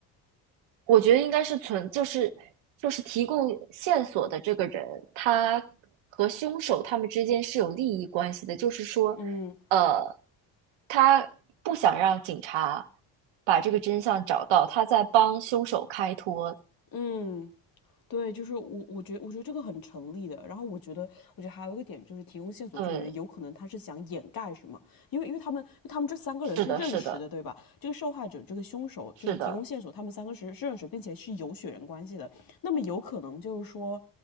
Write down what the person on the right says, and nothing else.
我觉得应该是存，就是就是提供线索的这个人，他和凶手他们之间是有利益关系的，就是说，
呃，他不想让警察把这个真相找到，他在帮凶手开脱。
对，
是的，是的，
是的，